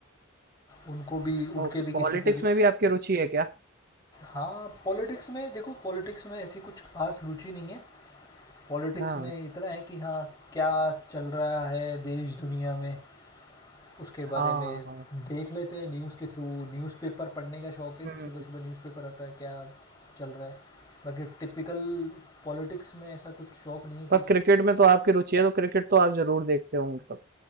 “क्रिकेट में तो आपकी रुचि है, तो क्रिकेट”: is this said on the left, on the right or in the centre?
Right